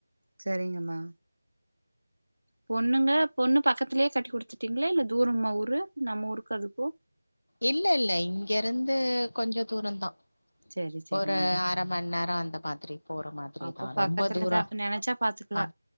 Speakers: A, on the right; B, on the left.
A: செரிங்கம்மா பொண்ணுங்க பொண்ணு பக்கத்திலேயே கட்டி குடுத்துட்டீங்களா இல்ல தூரமா ஊரு நம்ம ஊருக்கு அதுக்கு
B: இல்ல இல்ல இங்கறந்து கொஞ்சோ தூர தா
A: செரி செரிங்க
B: ஒரு அரை மண் நேர அந்த மாதி ரி போற மாதிரிதா
A: அப்ப பக்கத்துலதா
B: ரொம்ப தூர
A: நெனச்சா பாத்துக்கலா
B: ஆ